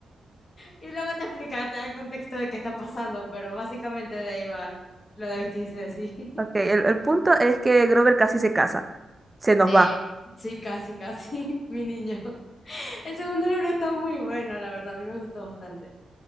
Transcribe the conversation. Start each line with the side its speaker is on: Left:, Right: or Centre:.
Left: Y luego te explican, te dan contexto de qué está pasando, pero básicamente de ahí va lo de vestirse así. <laughs>
Right: Ok, el, el punto es que Grover casi se casa. Se nos
Left: Sí,
Right: va.
Left: sí, casi, casi, <laughs> mi niño. El segundo libro está muy bueno, la verdad, a mí me gustó bastante.